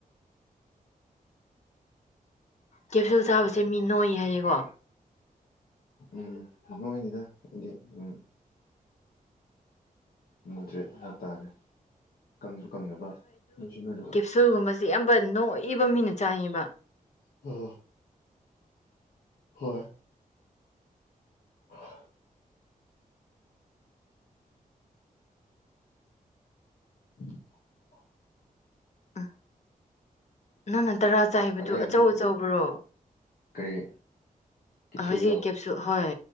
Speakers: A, on the left; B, on the left.
A: ꯀꯦꯞꯁꯨꯜ ꯆꯥꯕꯁꯦ ꯃꯤ ꯅꯣꯏ ꯍꯥꯏꯌꯦꯀꯣ
B: ꯎꯝ ꯅꯣꯏꯅꯤꯗ ꯏꯗꯤ ꯎꯝ ꯃꯨꯗ꯭ꯔꯦꯠ ꯍꯥꯏꯕꯇꯥꯥꯔꯦ ꯀꯪꯁꯨ ꯀꯪꯗꯕ ꯅꯣꯏꯁꯨ ꯅꯣꯏꯗꯕ
A: ꯁꯨꯜꯒꯨꯝꯕꯁꯤ ꯌꯥꯝꯕ ꯅꯣꯏꯕ ꯃꯤꯅ ꯆꯥꯏꯌꯦꯕ
B: ꯍ ꯍꯣꯏ ꯍ <inaudible>
A: ꯎꯝ ꯅꯪꯅ ꯇꯔꯥ ꯆꯥꯏꯕꯗꯨ
B: ꯐꯔꯦ
A: ꯑꯆꯧ
B: ꯑꯗꯨꯗꯤ
A: ꯑꯆꯧꯕ꯭ꯔꯣ
B: ꯀꯔꯤ ꯀꯦꯞꯁꯨꯜꯗꯣ
A: ꯍꯧꯖꯤꯛ ꯀꯦꯞ ꯁꯨ ꯍꯣꯏ